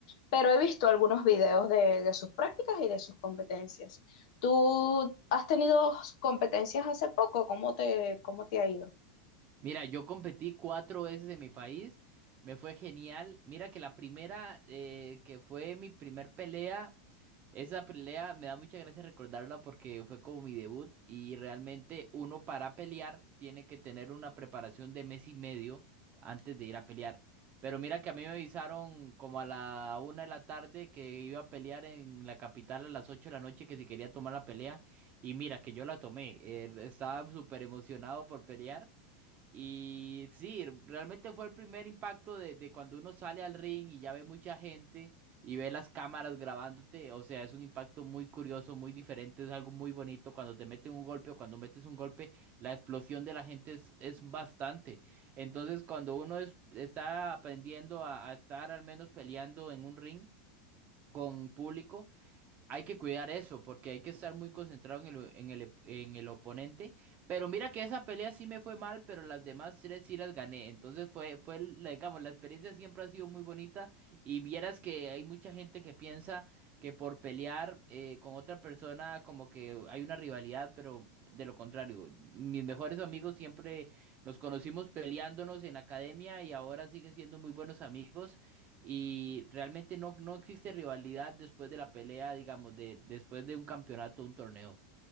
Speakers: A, on the left; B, on the right.
A: Pero he visto algunos videos de, de sus prácticas y de sus competencias. ¿Tú has tenido competencias hace poco? ¿Cómo te, cómo te ha ido?
B: Mira, yo competí cuatro veces en mi país, me fue genial. Mira que la primera, eh, que fue mi primer pelea. Esa pelea me da mucha gracia recordarla porque fue como mi debut y realmente uno para pelear tiene que tener una preparación de mes y medio antes de ir a pelear. Pero mira que a mí me avisaron como a la una de la tarde que iba a pelear en la capital a las ocho de la noche que si quería tomar la pelea y mira que yo la tomé. Eh, estaba súper emocionado por pelear y sí, realmente fue el primer impacto de, de cuando uno sale al ring y ya ve mucha gente y ve las cámaras grabándote. O sea, es un impacto muy curioso, muy diferente, es algo muy bonito. Cuando te meten un golpe o cuando metes un golpe, la explosión de la gente es, es bastante. Entonces, cuando uno es- está aprendiendo a, a estar al menos peleando en un ring con público. Hay que cuidar eso, porque hay que estar muy concentrado en el, en el, en el oponente. Pero mira que esa pelea sí me fue mal, pero las demás tres sí las gané. Entonces fue, fue, la- digamos, la experiencia siempre ha sido muy bonita. Y vieras que hay mucha gente que piensa que por pelear eh, con otra persona como que hay una rivalidad, pero de lo contrario. Mis mejores amigos siempre nos conocimos peleándonos en la academia y ahora siguen siendo muy buenos amigos. Y realmente no, no existe rivalidad después de la pelea, digamos, de, después de un campeonato, un torneo.